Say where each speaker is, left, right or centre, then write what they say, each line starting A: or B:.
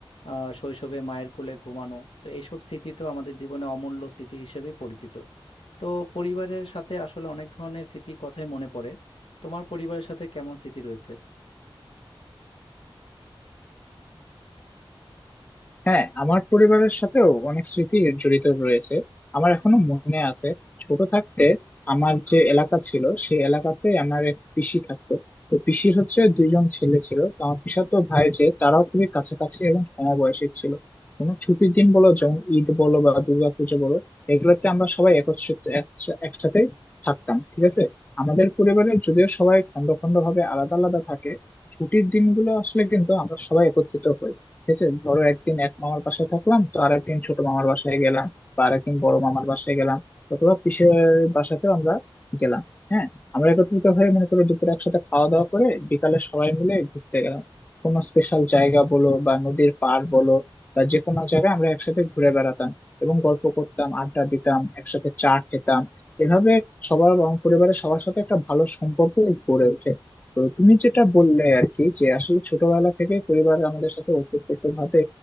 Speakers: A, on the left; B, on the left.
A: আহ, শৈশবে মায়ের কোলে ঘুমানো তো এইসব স্মৃতি তো আমাদের জীবনে অমূল্য স্মৃতি হিসেবে পরিচিত তো পরিবারের সাথে আসলে অনেক ধরনের স্মৃতির কথাই মনে পড়ে তোমার পরিবারের সাথে কেমন স্মৃতি রয়েছে
B: হ্যাঁ আমার পরিবারের সাথেও অনেক স্মৃতি জড়িত রয়েছে আমার এখনো মনে আছে ছোট থাকতে আমার যে এলাকা ছিল সেই এলাকাতে আমার এক পিসি থাকতো তো পিসির হচ্ছে দুইজন ছেলে ছিল তো আমার পিসাতো ভাই যে তারাও খুবই কাছাকাছি এবং সমবয়সী ছিল কোনো ছুটির দিন বলো যেমন ঈদ বলো বা দুর্গাপুজো বলো এগুলোতে আমরা সবাই একত্রিত একসা- একসাথে থাকতাম ঠিক আছে আমাদের পরিবারে যদিও সবাই খন্ড খন্ড ভাবে আলাদা আলাদা থাকে ছুটির দিনগুলো আসলে কিন্তু আমরা সবাই একত্রিত হই ঠিক আছে ধরো একদিন এক মামার বাসায় থাকলাম তো আর একদিন ছোট মামার বাসায় গেলাম বা আরেকদিন বড় মামার বাসায় গেলাম অথবা পিসের বাসাতেও আমরা গেলাম হ্যাঁ আমরা একত্রিত হয়ে মনে করো দুপুরে একসাথে খাওয়া দাওয়া করে বিকালে সবাই মিলে ঘুরতে গেলাম কোনো স্পেশাল জায়গা বলো বা নদীর পাড় বলো বা যে কোনো জায়গায় আমরা একসাথে ঘুরে বেড়াতাম এবং গল্প করতাম আড্ডা দিতাম একসাথে চা খেতাম এভাবে সবার আমার পরিবারের সবার সাথে একটা ভালো সম্পর্ক গড়ে ওঠে তো তুমি যেটা বললে আর কি যে আসলে ছোটবেলা থেকে পরিবার আমাদের সাথে ওতপ্রোত ভাবে